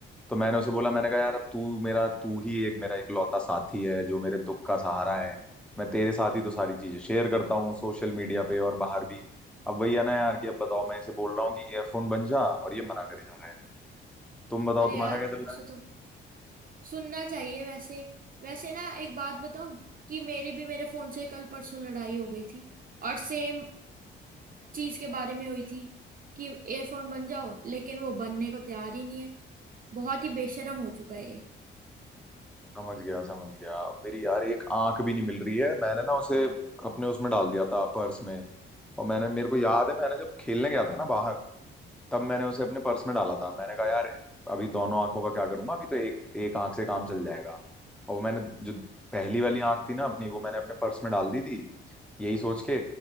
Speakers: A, in the centre; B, on the right.
A: तो मैंने उसे बोला मैंने कहा यार अब तू मेरा तू ही एक मेरा इकलौता साथी है जो मेरे दुख का सहारा है मैं तेरे साथ ही तो सारी चीजें शेयर करता हूँ सोशल मीडिया पे और बाहर भी अब वही है ना यार कि अब बताओ मैं इसे बोल रहा हूँ कि ईयरफोन बन जा और ये मना करे जा रहा है तुम बताओ
B: अरे
A: तुम्हारा
B: यार
A: क्या चल
B: उसे
A: रहा है
B: तो सुनना चाहिए वैसे वैसे ना एक बात बताऊं कि मेरी भी मेरे फोन से कल परसों लड़ाई हो गई थी और सेम चीज के बारे में हुई थी कि एयरफोन बन जाओ लेकिन वो बनने को तैयार ही नहीं है बहुत ही बेशरम हो चुका है ये
A: समझ गया समझ गया मेरी यार एक आंख भी नहीं मिल रही है मैंने ना उसे अपने उसमें डाल दिया था पर्स में और मैंने मेरे को याद है मैंने जब खेलने गया था ना बाहर तब मैंने उसे अपने पर्स में डाला था मैंने कहा यार अभी दोनों आंखों का क्या करूंगा अभी तो एक एक आंख से काम चल जाएगा और वो मैंने जो पहली वाली आंख थी ना अपनी वो मैंने अपने पर्स में डाल दी थी यही सोच के